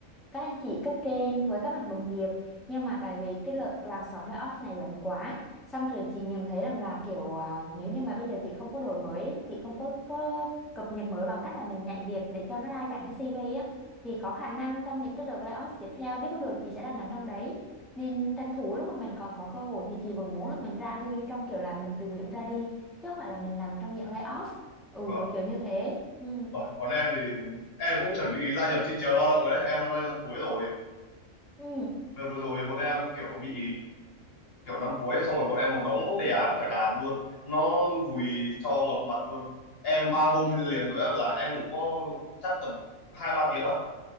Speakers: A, in the centre; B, on the left.
A: các anh chị cấp trên với các bạn đồng nghiệp nhưng mà tại vì cái lượt làn sóng layoff này lớn quá xong rồi chị nhận thấy rằng là kiểu à, nếu như mà bây giờ chị không có đổi mới chị không có, có cập nhật mới bằng cách là mình nhảy việc để cho nó đa dạng cái CV á thì có khả năng trong những cái đợt layoff tiếp theo biết đâu được chị sẽ là nằm trong đấy nên tranh thủ lúc mà mình còn có cơ hội thì chị vẫn muốn là mình ra đi trong kiểu là mình tự nguyện ra đi chứ không phải là mình nằm trong dạng lay off ừ
B: Vâng.
A: kiểu như thế ừ
B: Ủa, còn em thì em cũng chuẩn bị gia nhập thị trường lao động rồi đấy. Em năm nay năm cuối rồi.
A: ừ
B: Đợt vừa rồi bọn em kiểu bị kiểu năm cuối ấy, xong rồi bọn em một đống đề án phải làm luôn. Nó vùi cho ngập mặt luôn. Em ba hôm liền tối là em ngủ có chắc tầm hai ba tiếng à